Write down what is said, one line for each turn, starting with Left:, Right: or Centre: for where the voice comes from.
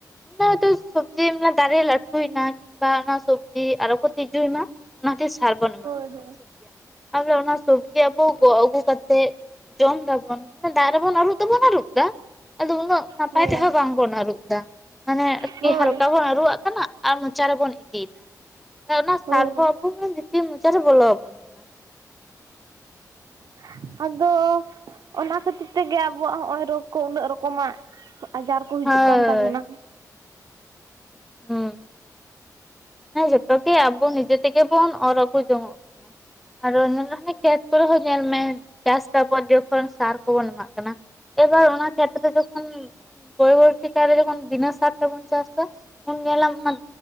Centre: ᱠᱤᱢᱵᱟ ᱦᱚᱭᱛᱚ ᱥᱚᱵᱽᱡᱤ ᱫᱟᱨᱮ ᱞᱟᱹᱴᱷᱩᱭ ᱱᱟ ᱠᱤᱢᱵᱟ ᱚᱱᱟ ᱥᱚᱵᱽᱡᱤ ᱟᱨᱚ ᱠᱚ ᱛᱤᱡᱩᱭ ᱢᱟ ᱚᱱᱟ ᱠᱷᱟᱹᱛᱤᱨ ᱥᱟᱨ ᱵᱚᱱ ᱮᱢᱟᱜ
Right: ᱦᱳᱭ
Centre: ᱠᱟᱱᱟ
Right: ᱦᱳᱭ
Centre: ᱴᱷᱤᱠ ᱜᱮᱭᱟ ᱟᱫᱚ ᱚᱱᱟ ᱥᱚᱵᱽᱡᱤ ᱟᱵᱚ ᱜᱚᱜ ᱟᱹᱜᱩ ᱠᱟᱛᱮᱜ ᱡᱚᱢ ᱫᱟᱵᱚᱱ ᱫᱟᱜ ᱨᱮᱵᱚᱱ ᱟᱹᱨᱩᱵ ᱫᱚᱵᱚᱱ ᱟᱨ ᱫᱟ ᱟᱫᱚ ᱩᱱᱟᱹᱜ ᱱᱟᱯᱟᱭ
Right: ᱦᱳᱭ
Centre: ᱛᱮᱸᱦᱚ ᱵᱟᱝᱵᱚᱱ ᱟᱹᱨᱩᱵ ᱫᱟ ᱢᱟᱱᱮ ᱟᱨᱠᱤ
Right: ᱦᱳᱭ
Centre: ᱦᱟᱞᱠᱟ ᱵᱚᱱ ᱟᱹᱨᱩᱜ ᱟᱜ ᱠᱟᱱᱟ ᱟᱨ ᱢᱚᱪᱟ ᱨᱮᱵᱚᱱ ᱤᱫᱤᱭ ᱫᱟ ᱚᱱᱟ
Right: ᱦᱳᱭ
Centre: ᱥᱟᱨ ᱦᱚᱸ ᱟᱵᱚ ᱵᱷᱤᱛᱤᱨ ᱢᱚᱪᱟ ᱨᱮ ᱵᱚᱞᱚ ᱟᱵᱚᱱ ᱠᱟᱱᱟ <inaudible>
Right: <inaudible> ᱟᱫᱚ ᱚᱱᱟ ᱠᱷᱟᱹᱛᱤᱨ ᱛᱮᱜᱮ ᱟᱵᱚᱣᱟᱜ ᱦᱚᱸᱜᱼᱚᱭ ᱨᱳᱜᱽ ᱠᱚ ᱩᱱᱟᱹᱜ ᱨᱚᱠᱚᱢᱟᱜ, ᱟᱡᱟᱨ ᱠᱚ ᱦᱤᱡᱩᱜ
Centre: ᱦᱳᱭ
Right: ᱠᱟᱱ ᱛᱟᱵᱚᱱᱟ᱾
Centre: ᱦᱩᱸ, ᱦᱮᱸ ᱡᱷᱚᱛᱚ ᱜᱮ ᱟᱵᱚ ᱱᱤᱡᱮ ᱛᱮᱜᱮ ᱵᱚᱱ ᱚᱨ ᱟᱹᱜᱩ ᱡᱚᱝ ᱟᱨ <inaudible> ᱠᱷᱮᱛ ᱠᱚᱨᱮ ᱦᱚᱸ ᱧᱮᱞ ᱢᱮ, ᱪᱟᱥ ᱵᱟᱵᱚᱫ ᱡᱚᱠᱷᱚᱱ ᱥᱟᱨ ᱠᱚᱵᱚᱱ ᱮᱢᱟᱜ ᱠᱟᱱᱟ ᱮᱵᱟᱨ ᱚᱱᱟ ᱠᱷᱮᱛ ᱨᱮ ᱡᱚᱠᱷᱚᱱ᱾ ᱯᱚᱨᱚᱵᱚᱨᱛᱤ ᱠᱟᱞᱨᱮ ᱡᱚᱠᱷᱚᱱ ᱵᱤᱱᱟ ᱥᱟᱨ ᱛᱮᱵᱚᱱ ᱪᱟᱥ ᱫᱟ, ᱩᱱ ᱧᱮᱞᱟᱢ ᱚᱱᱟ